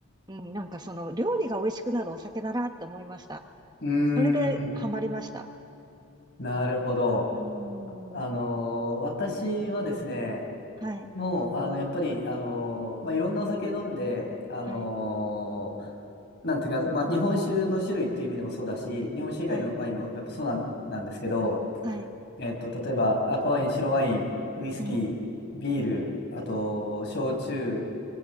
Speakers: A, on the right; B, on the left.
A: うん、なんかその料理が美味しくなるお酒だなって思いました。
B: うー
A: それでハマりました。
B: ん。なるほど。
A: うーん、
B: あのー私はですね、
A: はい、
B: もう、あの、やっぱり、あのーまあ、いろんなお酒飲んで、あのー
A: はい、
B: なんていうか、まあ、日本酒の種類っていう意味でもそうだし、日本酒以外のワインもやっぱそうなん、
A: はい、
B: なんですけど、
A: はい、
B: えっと、例えば赤ワイン、白ワイン、ウイスキー、
A: うん、
B: ビール、
A: うん、
B: あと、焼酎、